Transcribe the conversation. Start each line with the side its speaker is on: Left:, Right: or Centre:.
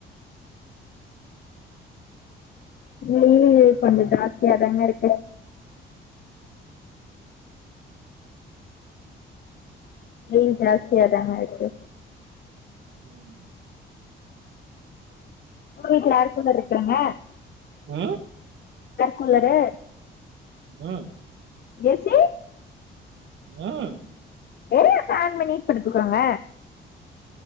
Left: ம் கொஞ்சொ ஜாஸ்தியாதாங்க இருக்கு வெயில் ஜாஸ்தியா தாங்க இருக்கு
Right: ம்
Left: உங்க வீட்ல யாருக்கு மார்ருக்காங்க
Right: ம்
Left: கூலரு
Right: ம்
Left: ஏ சிரி
Right: மேம்
Left: <unintelligible> ப்ளான் பண்ணி படுத்துக்கோங்க